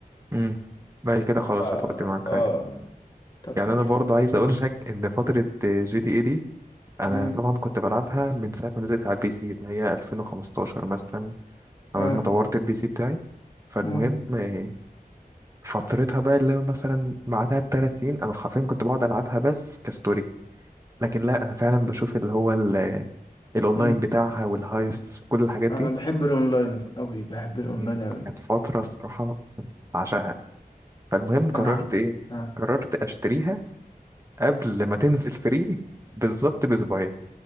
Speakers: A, on the right (about 20°); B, on the left (about 30°).
A: امم بعد كده خلاص
B: فا
A: هتودي معاك
B: اه
A: عادي
B: طب
A: يعني
B: حلو
A: انا برضه عايز اقول لك ان فتره جي تي اي دي انا
B: امم
A: طبعا كنت بلعبها من ساعه ما نزلت على البي سي اللي هي 2015 مثلا اول
B: اه
A: ما طورت البي سي بتاعي فالمهم
B: امم
A: إيه، فترتها بقى اللي هو مثلا بعدها بثلاث سنين انا حرفيا كنت بقعد العبها بس كستوري لكن لا انا فعلا بشوف اللي هو ال- الاونلاين
B: امم
A: بتاعها والهايست وكل الحاجات دي
B: انا بحب الاونلاين قوي بحب الاونلاين
A: مم،
B: قوي
A: كانت فتره الصراحه بعشقها فالمهم قررت
B: انا
A: ايه
B: ها
A: قررت اشتريها قبل ما تنزل فري بالظبط باسبوعين